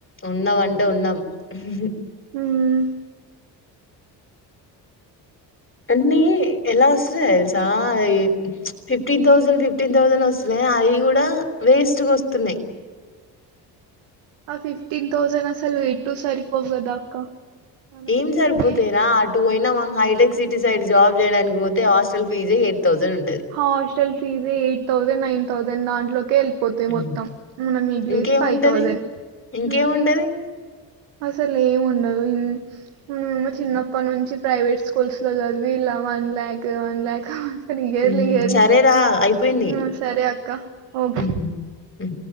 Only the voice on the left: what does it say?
ఉన్నాం అంటే ఉన్నాం ఉహు హ్మ్
అన్ని ఎలా వస్తున్నాయ్ తెలుసా ఈ ఫిఫ్టీన్ థౌసండ్ ఫిఫ్టీన్ థౌసండ్ వస్తున్నాయ్ అ అవి కూడా వేస్ట్గా వస్తుంది
ఏం సరిపోతేయిరా అటు పోయినామా హైటెక్ సిటీ సైడ్ జాబ్ చేయడానికి పోతే హాస్టల్ ఫీజే ఎయిట్ థౌజండ్ ఉంటది
ఉమ్.
ఇంకేముంటది
ఇంకేముంటది
ఉమ్,
సరేరా అయిపోయింది
ఉమ్, ఉమ్.